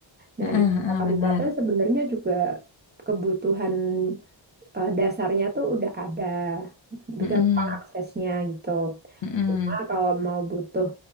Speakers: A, on the right (about 20°); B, on the left (about 80°).
A: Nah,
B: Heeh,
A: di kota
B: heeh,
A: kabupaten
B: benar.
A: sebenarnya juga kebutuhan eh, dasarnya tuh udah ada,
B: Mm-mm.
A: gampang aksesnya gitu.
B: Mm-mm.
A: Cuma kalau mau butuh